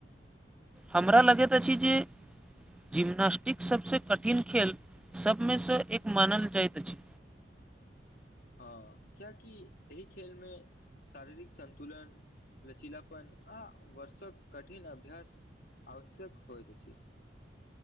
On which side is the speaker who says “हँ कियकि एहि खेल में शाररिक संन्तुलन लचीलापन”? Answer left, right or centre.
Left